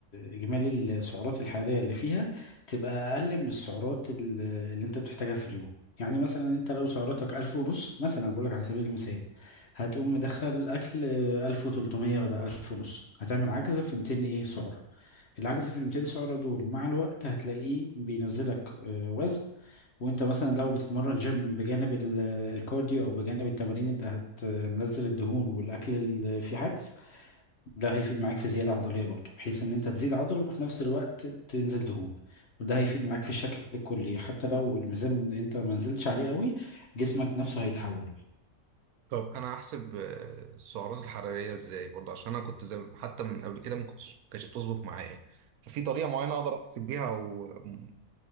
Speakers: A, on the left; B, on the right.
A: اجمالي السعرات الحراريه اللي فيها تبقى اقل من السعرات ال- اللي انت بتحتاجها في اليوم يعني مثلا انت لو سعراتك ألف ونص مثلا بقول لك على سبيل المثال هتقوم مدخل اكل ألف وتلتمية بدل ألف ونص هتعمل عجز في ميتين ايه سعرة العجز في ال 200 سعرة دول مع الوقت هتلاقيه بينزلك آه، وزن وانت مثلا لو بتتمرن جيم بجانب ال- الكارديو او بجانب التمارين اللي هتنزل الدهون والاكل اللي فيه عجز ده هيفيد معاك في زيادة عضلية برضه بحيث ان انت تزيد عضل وفي نفس الوقت تنزل دهون وده هيفيد معاك في الشكل الكلي حتى لو الميزان انت ما نزلتش عليه قوي جسمك نفسه هيتحول
B: طب انا هحسب آه، السعرات الحراريه ازاي برضه عشان انا كنت زي حتى من قبل كده ما كنتش كانتش بتظبط معايا ففي طريقه معينه اقدر احسب بيها او م-